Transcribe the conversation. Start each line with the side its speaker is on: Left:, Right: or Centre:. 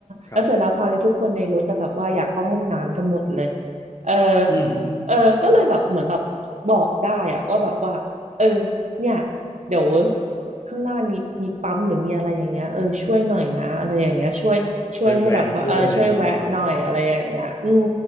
Left: ครับ
Right: แล้วเสร็จแล้วคราวนี้ทุกคนในรถแต่แบบว่าอยากเข้าห้องน้ำกันหมดเลยเออ
Left: อืม
Right: เออก็เลยแบบเหมือนแบบบอกได้อะว่าแบบว่าเออเนี่ยเดี๋ยวข้างหน้ามีมีปั๊มหรือมีอะไรอย่างเงี้ยเออช่วยหน่อยนะอะไรอย่างเงี้ยช่วยช่วยให้แบบว่าเออช่วยแวะหน่อยอะไรอย่างเงี้ยอืม
Left: ช่วยแวะช่วยอะไรอย่างนี้หน่อย